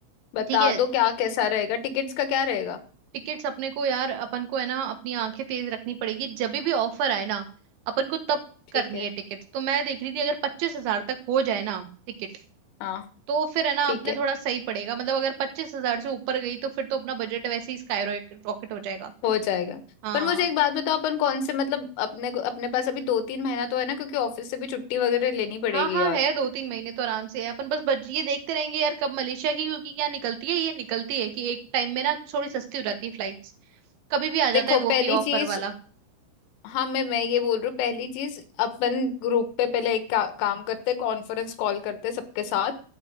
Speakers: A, on the left; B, on the right.
A: बता
B: ठीक है
A: दो क्या कैसा रहेगा टिकट्स का क्या रहेगा
B: टिकट्स अपने को यार अपन को है ना अपनी आंखें तेज रखनी पड़ेगी जब भी ऑफर आए ना अपन को तब
A: ठीक
B: करनी
A: है
B: है टिकट तो मैं देख रही थी अगर पच्चीस हजार तक हो जाए ना टिकट
A: हाँ
B: तो फिर है ना
A: ठीक
B: अपने
A: है
B: थोड़ा सही पड़ेगा मतलब अगर पच्चीस हजार से ऊपर गई तो फिर तो अपना बजट वैसे ही स्काई रॉकेट हो जाएगा
A: हो जाएगा
B: हाँ
A: पर मुझे एक बात बताओ अपन कौन से मतलब अपने को अपने पास अभी दो तीन महीना तो है ना क्योंकि ऑफिस से भी छुट्टी वगैरह लेनी पड़ेगी
B: हाँ हाँ है
A: और
B: दो तीन महीने तो आराम से है अपन बस बज ये देखते रहेंगे यार कब मलेशिया की क्योंकि क्या निकलती है ये निकलती है कि एक टाइम में ना थोड़ी सस्ती हो जाती है फ्लाइट्स कभी भी आ जाता
A: देखो
B: है
A: पहली
B: वो की
A: चीज
B: ऑफर वाला
A: हाँ मैं मैं ये बोल रही हूँ पहली चीज अपन ग्रुप पे पहले एक का, काम करते हैं कॉन्फ्रेंस कॉल करते हैं सबके साथ